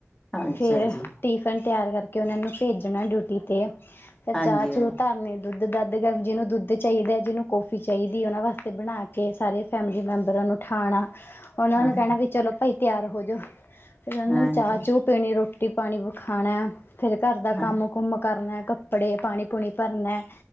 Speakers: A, on the left; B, on the left.
A: ਅੱਛਾ
B: ਫੇਰ
A: ਜੀ
B: ਟਿਫਨ ਤਿਆਰ ਕਰਕੇ ਉਹਨਾਂ ਨੂੰ ਭੇਜਣਾ ਡਿਊਟੀ ਤੇ,
A: ਹਾਂਜੀ-ਹਾਂਜੀ
B: ਫੇਰ ਚਾਹ ਚੂ ਧਰਨੀ। ਦੁੱਧ-ਦਧ ਗਰ ਜਿਹਨੂੰ ਦੁੱਧ ਚਾਹੀਦਾ ਹੈ, ਜਿਹਨੂੰ ਕੌਫੀ ਚਾਹੀਦੀ ਉਹਨਾਂ ਵਾਸਤੇ ਬਣਾ ਕੇ, ਸਾਰੇ ਫੈਮਿਲੀ ਮੈਂਬਰਾਂ ਨੂੰ ਉਠਾਉਣਾ, ਉਹਨਾਂ
A: ਹਾਂ
B: ਨੂੰ ਕਹਿਣਾ ਵੀ, ਚਲੋ ਭਾਈ, ਤਿਆਰ ਹੋ ਜਾਓ। ਫਿਰ
A: ਹਾਂਜੀ-ਹਾਂਜੀ
B: ਉਹਨਾਂ ਨੇ ਦੁੱਧ ਪੀਣੀ, ਰੋਟੀ-ਪਾਣੀ ਵੀ ਖਾਣਾ, ਫੇਰ ਘਰ ਦਾ
A: ਹਾਂ
B: ਕੰਮ ਕੰਮ ਕਰਨਾ ਕੱਪੜੇ ਪਾਣੀ-ਪੂਣੀ ਭਰਨਾ।